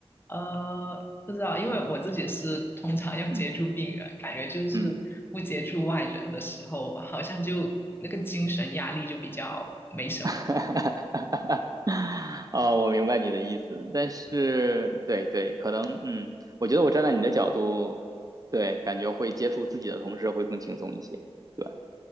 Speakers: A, on the left; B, on the right.
A: 呃，不知道，因为我自己是通常要接触病人，
B: 嗯
A: 感觉就是不接触外人的时候，
B: 嗯。
A: 好像就那个精神压力就比较没什么。
B: <laughs> 啊、我明白你的意思，但是对对，可能嗯，我觉得我站在你的角度，对，感觉会接触自己的同事会更轻松一些。对。